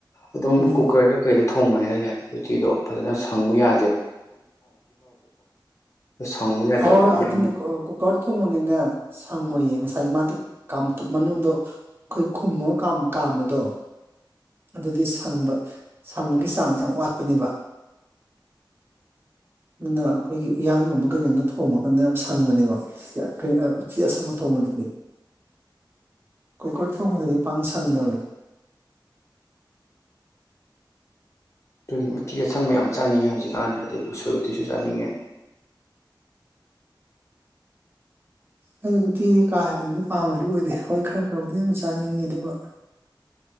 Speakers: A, on the left (about 40°); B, on the right (about 25°).
A: ꯑꯗꯨꯝ
B: ꯎꯝ
A: ꯀꯨꯀꯔꯗ ꯀꯩꯗ ꯊꯣꯡꯕꯅꯤꯅꯅꯦ ꯎꯇꯤꯗꯣ ꯐꯖꯅ ꯁꯪꯉꯨ ꯌꯥ ꯁꯪꯉꯨ ꯌꯥꯗꯕꯒꯤ
B: ꯍꯣꯏ ꯑꯗꯨꯅ
A: ꯑꯃ
B: ꯀꯨꯀꯔ ꯊꯣꯡꯉꯗꯤꯅꯦ ꯁꯪꯉꯣꯏꯌꯦ ꯉꯁꯥꯏ ꯃꯥꯗꯤ ꯃꯅꯨꯡꯗ ꯑꯩꯈꯣꯏ ꯈꯨꯝꯃꯒ ꯀꯥꯝꯕꯗꯣ ꯑꯗꯨꯗꯤ ꯁꯪꯕ ꯁꯪꯕꯒꯤ ꯆꯥꯡꯁꯦ ꯌꯥꯝ ꯋꯥꯠꯄꯅꯦꯕ ꯑꯗꯨꯅ ꯑꯩꯈꯣꯏꯒꯤ ꯎꯌꯥꯟꯒꯨꯝꯕ ꯀꯩꯒꯨꯝꯕꯗ ꯊꯣꯡꯕ ꯀꯥꯟꯗ ꯌꯥꯝ ꯁꯪꯕꯅꯦꯕ ꯎꯆꯤ ꯑꯁꯪꯕ ꯊꯣꯡꯕꯗꯗꯤ ꯀꯨꯀꯔ ꯊꯣꯡꯕꯗꯗꯤ ꯄꯥꯛ ꯁꯪꯗꯕꯅꯤ꯫
A: ꯇꯨ ꯎꯇꯤ ꯑꯁꯪꯕ ꯌꯥꯝ ꯆꯥꯅꯤꯡꯉꯦ ꯍꯧꯖꯤꯛꯀꯥꯟꯗꯔꯗꯤ ꯎꯁꯣꯏ ꯎꯇꯤꯁꯨ ꯆꯥꯅꯤꯡꯉꯦ꯫
B: ꯑꯩ ꯎꯇꯤꯗꯤ ꯀꯥ ꯍꯦꯟ ꯅꯥꯗꯤ ꯄꯥꯝꯕꯗꯤ ꯑꯣꯏꯗꯦ ꯍꯣꯏ ꯈꯔ ꯈꯕꯨꯗꯤ ꯑꯗꯨꯝ ꯆꯥꯅꯤꯡꯉꯤ ꯑꯗꯨꯒ